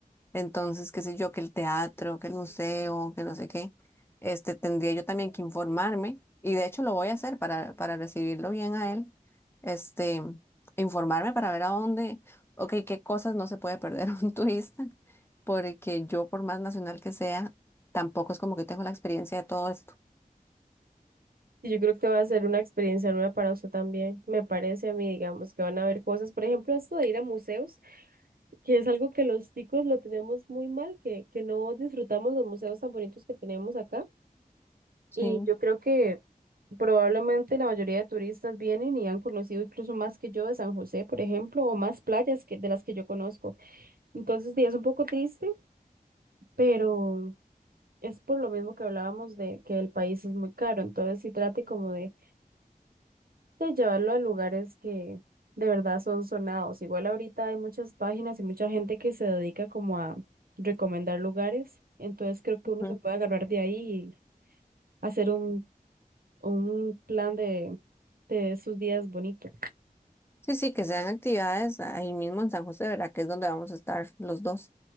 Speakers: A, on the left; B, on the right.
A: Entonces, qué sé yo, que el teatro, que el museo, que no sé qué, este, tendría yo también que informarme, y de hecho lo voy a hacer para, para recibirlo bien a él, este, informarme para ver a dónde, ok, qué cosas no se puede perder <laughs> un turista, porque yo, por más nacional que sea, tampoco es como que tengo la experiencia de todo esto.
B: Y yo creo que va a ser una experiencia nueva para usted también. Me parece a mí, digamos, que van a haber cosas, por ejemplo, esto de ir a museos, que es algo que los ticos lo tenemos muy mal, que, que no disfrutamos los museos tan bonitos que tenemos acá.
A: Sí.
B: Y yo creo que probablemente la mayoría de turistas vienen y han conocido incluso más que yo de San José, por ejemplo, o más playas que, de las que yo conozco. Entonces, sí, es un poco triste, pero... Es por lo mismo que hablábamos de que el país es muy caro, entonces sí trate como de, de llevarlo a lugares que de verdad son sonados. Igual ahorita hay muchas páginas y mucha gente que se dedica como a recomendar lugares, entonces creo que uno
A: Ujú.
B: se puede agarrar de ahí y hacer un, un plan de, de sus días bonitos.
A: Sí, sí, que sean actividades ahí mismo en San José, ¿verdad? Que es donde vamos a estar los dos.